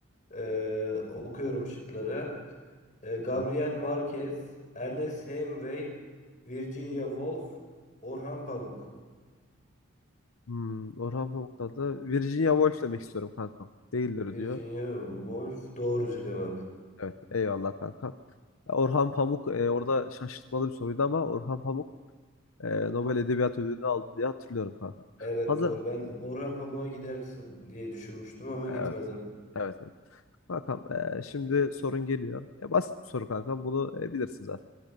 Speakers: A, on the left (about 40°); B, on the left (about 80°).
A: Ee, okuyorum şıkları. Ee,
B: Buyur
A: Gabriel
B: kanka.
A: Marquez, Ernest Hemingway, Virginia Woolf, Orhan Pamuk.
B: Hmm, Orhan Pamuk'tan da Virginia Woolf demek istiyorum kankam. Değildir
A: Virginia
B: diyor.
A: Woolf doğru cevap.
B: Evet. Eyvallah kanka. Orhan Pamuk e, orada şaşırtmalı bir soruydu ama Orhan Pamuk e, Nobel Edebiyat Ödülünü aldı diye hatırlıyorum kanka.
A: Evet
B: Hazır.
A: doğru. Ben Orhan Pamuk'a gidersin diye düşünmüştüm ama
B: Evet.
A: gitmedin.
B: Evet. evet. Kankam e, şimdi sorun geliyor. E, basit bir soru kanka. Bunu e, bilirsin zaten.